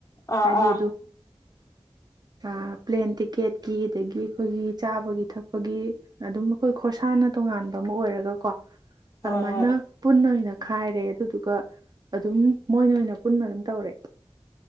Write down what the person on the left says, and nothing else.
ꯑꯥ
ꯑꯥ
ꯍꯣꯏ
ꯍꯣꯏ